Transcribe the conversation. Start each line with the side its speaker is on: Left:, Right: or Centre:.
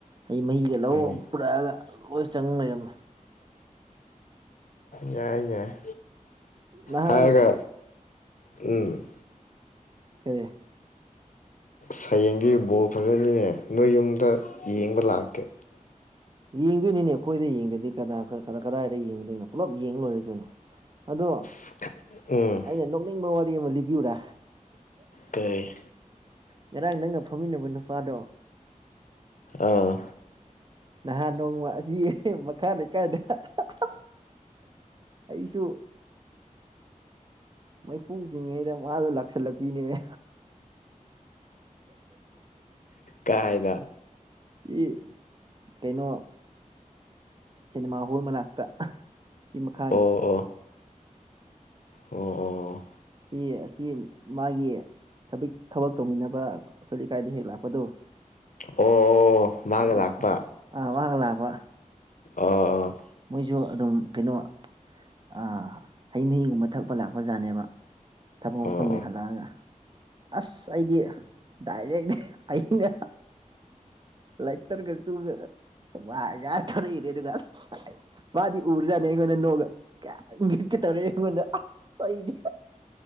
Right: ꯑꯩ ꯃꯍꯤꯒ ꯂꯧ
Left: ꯎꯝ
Right: ꯄꯨꯔꯛꯑꯒ ꯂꯣꯏ ꯆꯪ ꯂꯩꯔꯝꯃꯦ
Left: ꯌꯥꯏꯏ ꯌꯥꯏ
Right: ꯅꯍꯥꯟ
Left: ꯍꯥꯏꯔꯒ ꯎꯝ
Right: ꯀꯔꯤꯦ
Left: ꯁꯌꯦꯡꯒꯤ ꯕꯣꯜ ꯐꯖꯅꯤꯅꯦ ꯅꯣꯏ ꯌꯨꯝꯗ ꯌꯦꯡꯕ ꯂꯥꯛꯀꯦ
Right: ꯌꯦꯡꯗꯣꯏꯅꯤꯅꯦ ꯑꯩꯈꯣꯏꯗ ꯌꯦꯡꯗꯗꯤ ꯀꯗꯥꯗꯥ ꯀꯗꯥꯏꯗ ꯌꯦꯡꯗꯣꯏꯅꯣ ꯄꯨꯂꯞ ꯌꯦꯡ ꯂꯣꯏꯔꯦ ꯀꯩꯅꯣ ꯑꯗꯣ
Left: ꯑꯁ ꯎꯝ
Right: ꯑꯩꯅ ꯅꯣꯛꯅꯤꯡꯕ ꯋꯥꯔꯤ ꯑꯃ ꯂꯤꯕꯤꯌꯨꯨꯔꯥ
Left: ꯀꯩ
Right: ꯉꯔꯥꯡ ꯅꯪꯒ ꯐꯝꯃꯤꯟꯅꯕ ꯅꯨꯄꯥꯗꯣ
Left: ꯑꯥ
Right: ꯅꯍꯥꯟ ꯅꯣꯡꯃ ꯑꯁꯤ ꯃꯈꯥ ꯂꯩꯀꯥꯏꯗ ꯑꯁ ꯑꯩꯁꯨ ꯃꯩꯈꯨ ꯆꯤꯡꯉꯩꯗ ꯃꯥꯗꯣ ꯂꯥꯛꯁꯜꯂꯛꯄꯤꯅꯦꯅꯦ
Left: ꯀꯥꯏꯗ
Right: ꯏ ꯀꯩꯅꯣ ꯁꯤꯅꯦꯃꯥ ꯍꯣꯜ ꯃꯅꯥꯛꯇ ꯁꯤ ꯃꯈꯥꯒꯤ
Left: ꯑꯣ ꯑꯣ ꯑꯣ ꯑꯣ
Right: ꯁꯤ ꯑꯁꯤ ꯃꯥꯒꯤ ꯊꯛ ꯊꯕꯛ ꯇꯧꯃꯤꯟꯅꯕ ꯑꯩꯈꯣꯏ ꯂꯩꯀꯥꯏꯗ ꯍꯦꯛ ꯂꯥꯛꯄꯗꯣ
Left: ꯑꯣ ꯑꯣ
Right: ꯑꯗꯨꯒ
Left: ꯒ ꯂꯥꯛꯄ
Right: ꯑꯥ ꯃꯥꯒ ꯂꯥꯛꯄ
Left: ꯑ ꯑ
Right: ꯃꯣꯏꯁꯨ ꯑꯗꯨꯝ ꯀꯩꯅꯣ ꯑ ꯍꯩ ꯃꯍꯤꯒꯨꯝꯕ ꯊꯛꯄ ꯂꯥꯛꯄ ꯖꯥꯠꯅꯦꯕ ꯊꯕꯛ
Left: ꯑꯣ
Right: ꯃꯐꯝꯗꯒꯤ
Left: ꯑꯣ
Right: ꯍꯜꯂꯛꯑꯒ ꯑꯁ ꯑꯩꯗꯤ ꯗꯥꯏꯔꯦꯛꯂꯤ ꯑꯩꯅ ꯂꯩꯇꯔꯒ ꯆꯨꯗ ꯀꯥꯟ ꯔ ꯏꯔꯦ ꯑꯗꯨꯒꯒꯁ ꯃꯥꯗꯤ ꯎꯔꯖꯥꯅ ꯑꯩꯉꯣꯟꯗ ꯅꯣꯡꯒ ꯀꯠ ꯀꯦ ꯇꯧꯔꯦ ꯑꯩꯉꯣꯟꯗ ꯑꯁꯗꯤ